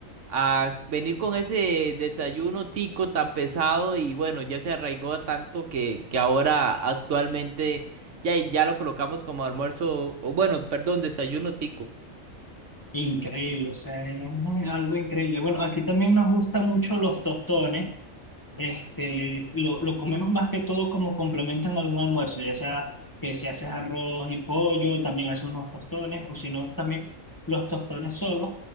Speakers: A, on the right (about 65°); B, on the left (about 15°).
A: a venir con ese desayuno tico tan pesado y bueno, ya se arraigó tanto que, que ahora actualmente ya, ya lo colocamos como almuerzo, o bueno, perdón, desayuno tico.
B: Increíble, o sea, es algo increíble. Bueno, aquí también nos gustan mucho los tostones. Este, lo, lo comemos más que todo como complemento en algún almuerzo, ya sea que si haces arroz y pollo, también haces unos tostones, o si no, también los tostones solos.